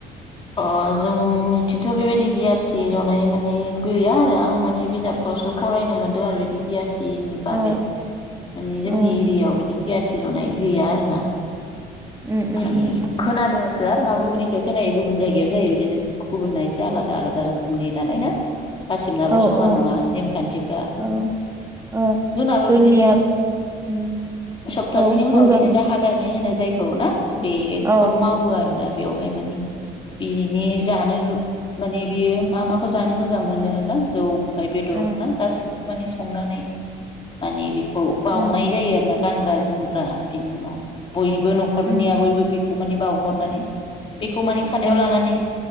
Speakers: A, on the left (about 30°); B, on the right (about 15°).
A: अ जोंनिथिंथ बेबायदि गियाथि जनाय माने गैया आरो आं माने बिजाबफ्रावसो फरायनो मोन्दों आरो बिदि गियाथि नि बागै
B: ओ
A: माने जोंनि
B: ओ
A: एरियायाव बिदि गियाथि जनाय गैया आरो ना।
B: उम उम
A: माने
B: उम
A: खोनादों <inaudible> गुबुननिफ्राय खोनायो गुबुन जायगायाव जायो बिदिनो गुबुनना एसे आलादा आलादा रोखोमनि नालाय ना गासिबनाबो
B: औ
A: समान
B: औ
A: नङा नेमखान्थिफ्रा
B: औ ओ
A: जोंनाबो
B: जोंनिया
A: बिदिनो
B: उम
A: सप्तासेनि
B: औ
A: उनाव
B: बुंजागोन
A: बिदिनो दाहा गारनाय होनो जायखौ ना? बेखौ
B: औ
A: मावो आरोना बेयावहाय मानि बिनि जानो लु माने बियो मा माखौ जानो मोजां मोनो ना जौ बेदर
B: उम
A: ना गासिखौबो माने संनानै माने बे औ बावउनाय
B: उम
A: जायो आरो ना गानग्रा जोमग्रा बिनि उनाव बय बो नखर'निया
B: उम
A: बयबो बि माने बावहरनानै बे खौ माने खादायाव
B: उम
A: लानानै